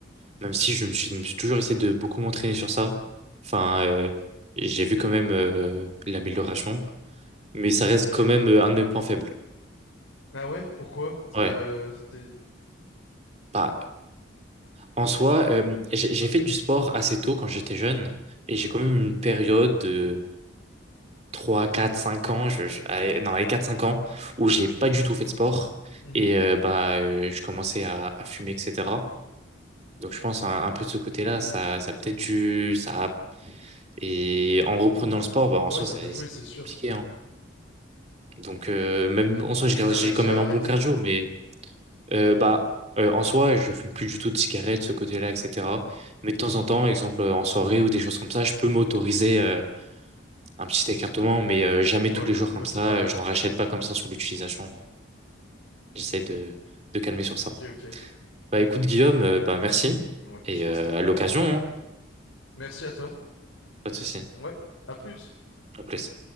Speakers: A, on the right (about 35°); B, on the left (about 80°).
A: Même si je me suis, je me suis toujours essayé de beaucoup m'entraîner sur ça. Enfin, euh, j'ai vu quand même euh, l'amélioration, mais ça reste
B: Ok.
A: quand même euh, un de mes points faibles.
B: Ah ouais, pourquoi?
A: Ouais.
B: Euh, t'es-
A: Bah, en soi, euh, j'ai j'ai fait du sport assez tôt quand j'étais jeune, et j'ai quand même une période de 3, 4, 5 ans, je, je- allez, non, les quatre cinq ans, où j'ai pas du tout fait de sport,
B: Mhm.
A: et euh, bah, euh, je commençais à, à fumer, etc. Donc je pense un, un peu de ce côté-là,
B: Hmm.
A: ça, ça a peut-être dû, ça a Et en reprenant le sport, bah, en
B: Ouais,
A: soi,
B: ça
A: ça,
B: peut jouer,
A: ça
B: c'est
A: a été
B: sûr.
A: compliqué. hein. Donc, euh, même en soi, j'ai
B: Et
A: gardé-
B: t'as
A: j'ai
B: réussi
A: quand même
B: à
A: un
B: arrêter?
A: bon cardio, mais euh, bah, euh, en soi, je fume plus du tout de cigarettes, ce côté-là, etc. Mais de temps en temps, exemple euh, en soirée ou des choses comme ça, je peux m'autoriser euh, un petit écartement, mais euh, jamais
B: Ouais,
A: tous les jours comme
B: bah
A: ça.
B: c'est pareil.
A: euh, J'en rachète pas comme ça sur l'utilisation. ouais. J'essaie de, de calmer sur ça.
B: Ok, ok.
A: Bah, écoute, Guillaume, euh, bah, merci.
B: Ouais,
A: Et
B: je pense
A: euh,
B: que t'as raison.
A: à l'occasion, hein,
B: Merci à toi.
A: pas de souci.
B: Ouais, à plus.
A: À plus.